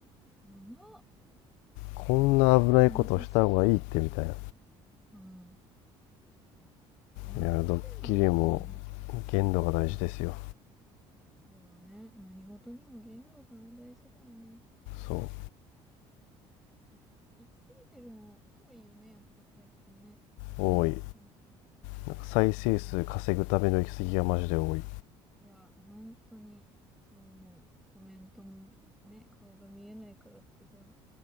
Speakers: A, in the centre; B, on the left.
A: やば。
B: こんな危ないことした方がいいってみたいな
A: 危機感なさすぎる。うん。笑ってんのはやばいね。
B: いやドッキリも限度が大事ですよ
A: そうだね。何事にも限度ってのは大事だよね。
B: そう
A: なんか、い、行き過ぎてるの多いよね。やっぱ最近ね。何にしてもさ。
B: 多いなんか再生数稼ぐための行き過ぎがマジで多い
A: うん。いや、本当に、そう思う。コメントもね、顔が見えないからってさ、好